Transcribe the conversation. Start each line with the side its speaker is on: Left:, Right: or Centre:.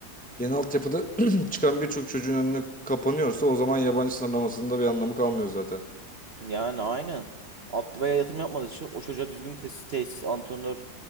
Centre: Yeni altyapıda <clears throat> çıkan birçok çocuğun önüne kapanıyorsa o zaman yabancı sınırlamasının da bir anlamı kalmıyor zaten.
Right: Yani aynen. Altı beye yatırım yapmadığı için o çocuğa düzgün tesis, tesis, antrenör,